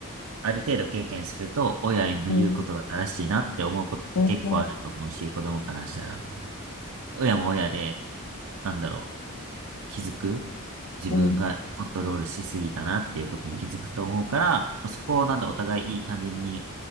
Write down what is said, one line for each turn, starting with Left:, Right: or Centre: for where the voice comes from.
Right: ある程度経験すると、親の言うことが正しいなって思うことって結構あると思うし、
Left: うん、うん。
Right: 子供からしたら。親も親で、なんだろう、気づく自分がコントロールしすぎたなっていうことも気づくと思うから、
Left: うん
Right: まあ、そこをなんだ、お互いいい感じに